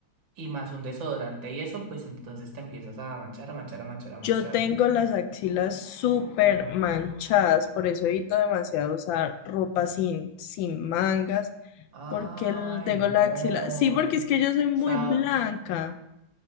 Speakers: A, on the right; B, on the left.
A: y más un desodorante y eso pues entonces te empiezas a manchar, a manchar, a manchar, a manchar.
B: Yo tengo las axilas súper manchadas, por eso evito demasiado usar ropa sin, sin mangas
A: Ay,
B: Porque el- tengo
A: amor.
B: la axila. Sí, porque
A: O
B: es que yo soy muy
A: sea,
B: blanca.